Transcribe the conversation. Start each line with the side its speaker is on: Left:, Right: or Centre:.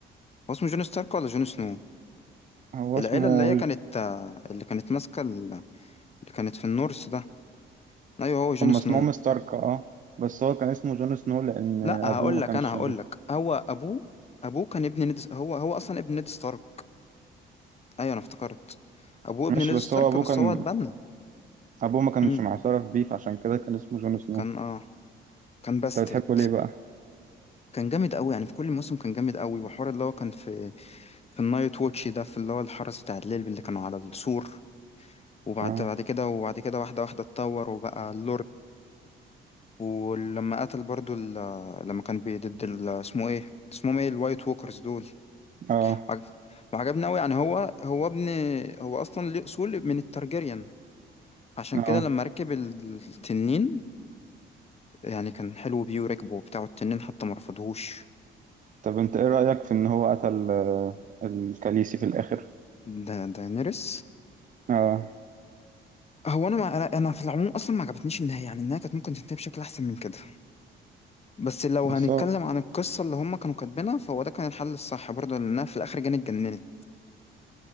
Left: هو اسمه جون ستارك ولا جون سنو
Right: هو
Left: العيله
Right: اسمه
Left: اللي هي كانت آه اللي كانت ماسكه ال- اللي كانت في النورث ده ايوه هو جون
Right: هم
Left: سنو
Right: اسمهم ستارك اه بس هو كان اسمه جون سنو لان ابوه
Left: لا هقول
Right: ما كانش
Left: لك انا هقول لك هو ابوه ابوه كان ابن نيد هو هو اصلا ابن نيد ستارك ايوه انا افتكرت ابوه
Right: ماشي
Left: ابن نيد
Right: بس
Left: ستارك
Right: هو ابوه
Left: بس
Right: كان
Left: هو اتبنى
Right: ابوه ما كانش
Left: امم
Right: معترف بيه فعشان كده كان اسمه جون سنو
Left: كان اه كان باسترد
Right: انت بتحبه ليه بقى
Left: كان جامد قوي يعني في كل موسم كان جامد قوي وحوار اللي هو كان في في النايت ووتش ده في اللي هو الحرس بتاع الليل اللي كانوا على السور
Right: <clears throat>
Left: وبعد
Right: اه
Left: بعد كده وبعد كده واحدة واحدة اتطور وبقى اللورد ولما قتل برضو ال- لما كان بي- ضد ال- اسمه ايه اسمهم ايه الوايت ووكرز دول
Right: اه
Left: وعج- وعجبني قوي يعني هو هو ابن هو اصلا ليه اصول من الترجيريان عشان
Right: اه
Left: كده لما ركب ال- التنين يعني كان حلو بيه وركبه وبتاع التنين حتى ما رفضهوش
Right: طب انت ايه رأيك في ان هو قتل آه، الكاليسي في الاخر
Left: دا داينيرس
Right: اه
Left: هو انا ما انا أنا في العموم اصلا ما عجبتنيش النهايه يعني النهايه كانت ممكن تنتهي بشكل احسن من كده بس لو
Right: بس
Left: هنتكلم
Right: هو
Left: عن القصه اللي هم كانوا كاتبينها فهو ده كان الحل الصح برضه لانها في الاخر جاني اتجننت